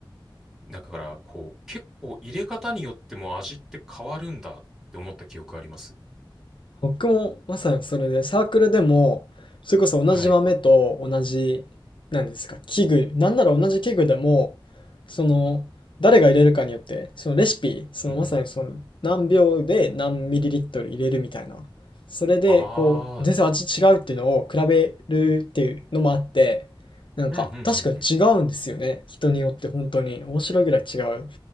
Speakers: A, in the centre; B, on the left.
A: だから、こう、結構入れ方によっても味って変わるんだって思った記憶あります。
B: 僕もまさにそれで、サークルでも、それこそ同じ豆と同じ、
A: はい。
B: なんですか、器具、なんなら同じ器具でも、その、誰が入れるかによって、そのレシピ、そのまさにその何秒で何ミリリットル入れるみたいな。
A: うんうんうん。
B: それで、
A: ああ、
B: こう、全然味違うっていうのを比べるっていうのもあって、なんか、
A: うんうんうんうん。
B: 確かに違うんですよね。人によって本当に。面白いぐらい違う。